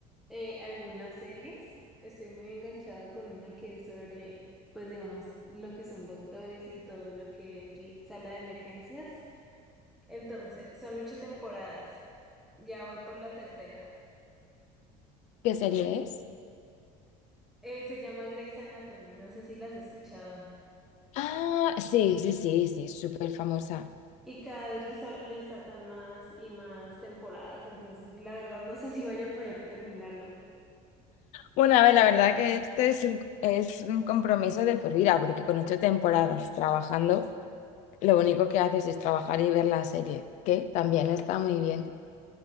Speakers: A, in the centre; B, on the left (about 50°).
A: eh, algunas series. Estoy muy enganchada con una que es sobre, pues digamos, lo que son doctores y todo lo que es l- sala de emergencias. Entonces, son ocho temporadas. Ya voy por la tercera.
B: ¿Qué serie es?
A: Eh, se llama Grey's Anatomy. No sé si la has escuchado.
B: Ah, sí, sí, sí, sí, es súper famosa.
A: Y cada vez le, sa- le sacan más y más temporadas, entonces la verdad no sé <laughs> si vaya a poder terminarla.
B: Bueno, a ver, la verdad que este es un, es un compromiso de por vida, porque con ocho temporadas trabajando, lo único que haces es trabajar y ver la serie, que también está muy bien.